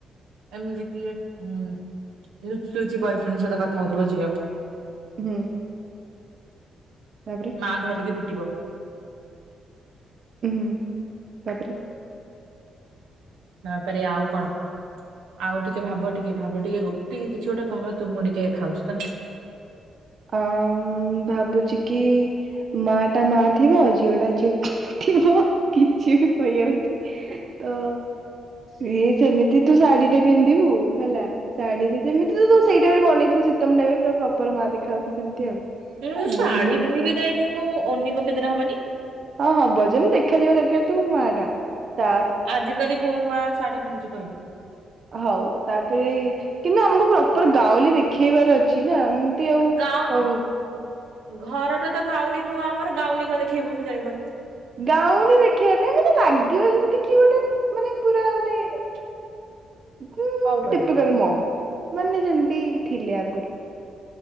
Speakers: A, on the right; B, on the right.
A: ଆମେ ଦେଖିଲେ ଉଁ ଲୁଚି ଲୁଚି ବୟଫ୍ରେଣ୍ଡ ସହିତ କଥା ହଉଥିବ ଝିଅ।
B: ହୁଁ। ତାପରେ?
A: ମା ଧରିକି ପିଟିବ।
B: ହଁ ତାପରେ?
A: ତାପରେ ଆଉ କଣ? ଆଉ ଟିକେ ଭାବ ଟିକେ ଭାବ ଟିକେ ଟିକେ <unintelligible> ଗୋଟେ କହ ତୁ ମୁଁ ଟିକେ ଖାଉଛି ତ।
B: ଅଁ ଭାବୁଛି କି ମା ଟା ମା ଥିବ ଝିଅ ଟା ଝିଅ ଥିବ କିଛି ବି କହି ହଉନି ତ ଇଏ ସେମିତି ତୁ ଶାଢୀ ଟା ପିନ୍ଧିବୁ ହେଲା ଶାଢୀରେ ଯେମିତି ତୁ ସେଇଟାଇମ୍ ରେ ବନେଇଥିଲୁ ଶୀତମ ଟାଇ ପୁରା ପ୍ରପର ମା ଦେଖା ଯାଉଚୁ ସେମିତି ଆଉ।
A: ମୁଁ
B: ଆ,
A: ଶାଢୀ
B: ଝିଅ
A: ପିନ୍ଧିବି କାହିଁକି ମୁଁ ଓନି ପକେଇଦେଲେ ହବନି।
B: ହଁ ହବ ଯେମିତି ଦେଖାଯିବ ଦରକାର ତୁ ମା ଟା ତା
A: ଆଜ କାଲି କୋଉ ମାଆ ଶାଢୀ ପିନ୍ଧୁଚୁ କହିଲୁ?
B: ହଉ ତାପରେ କିନ୍ତୁ ଆମକୁ ପ୍ରପର ଗାଉଁଲି ଦେଖେଇବାର ଅଛି ନା। ଆଉ
A: ଗାଉ
B: ହଉ
A: ଘରଟା ତ ଗାଉଲି ନୁହଁ ଆମର ଗାଉଲି କଣ ଦେଖେଇବୁ ମୁଁ ଜାଣିପାରୁନି।
B: ଗାଉଁଲି ଦେଖିବା ପାଇଁ ମାନେ ଲାଗିବ ଯେମିତି କି ଗୋଟେ ମାନେ ପୁରା ଗୋଟେ
A: <unintelligible>
B: ହୁଁ
A: କଣ ପୁରା
B: ଟିପକଲ
A: ଗୋଟେ।
B: ମମ ମାନେ ଯେମିତି ଥିଲେ ଆଗରୁ।